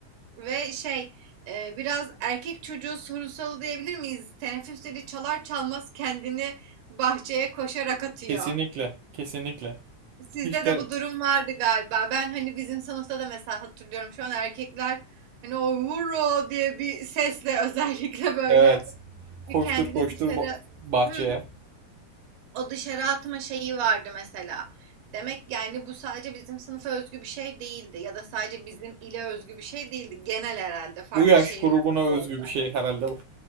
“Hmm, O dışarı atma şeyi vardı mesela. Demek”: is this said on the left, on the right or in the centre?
Right